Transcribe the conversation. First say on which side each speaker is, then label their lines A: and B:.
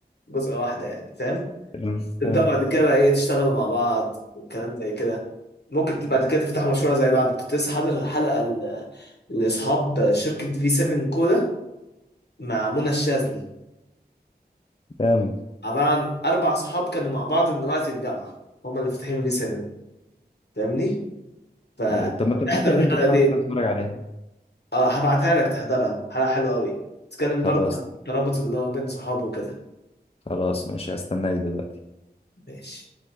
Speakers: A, on the left; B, on the left.
A: جزءة واحدة يعني فاهم
B: فهمت
A: تبدأوا
B: فهمت
A: بعد كده بقى ايه تشتغلوا مع بعد والكلام زي كده ممكن ت- بعد كده تفتحوا مشروع زي بعض كنت لسه حاضر حلقة ل- لأصحاب شركة في 7 كولا مع منى الشاذلي
B: فهمت
A: عبارة عن أربع صحاب كانوا مع بعض من وقت الجامعة هما اللي فاتحين في 7 فاهمني؟ فاحضر
B: ايوه طب ما تبعت لي اللينك
A: الحلقه
B: بتاعك
A: دي
B: كده اتفرج عليها
A: اه هبعتها لك تحضرها حلقه حلوه قوي تتكلم
B: خلاص
A: برضه عن الترابط اللي هو بين صحابه وكده
B: خلاص ماشي هستناك دلوقتي
A: ماشي